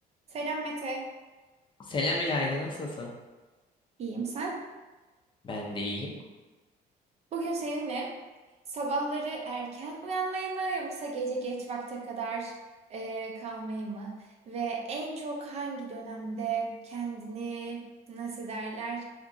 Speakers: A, on the right; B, on the left.
A: Selam Mete.
B: Selam İlayda, nasılsın?
A: İyiyim sen?
B: Ben de iyiyim.
A: Bugün seninle sabahları erken uyanmayı mı yoksa gece geç vakte kadar e, kalmayı mı? Ve en çok hangi dönemde kendini nasıl derler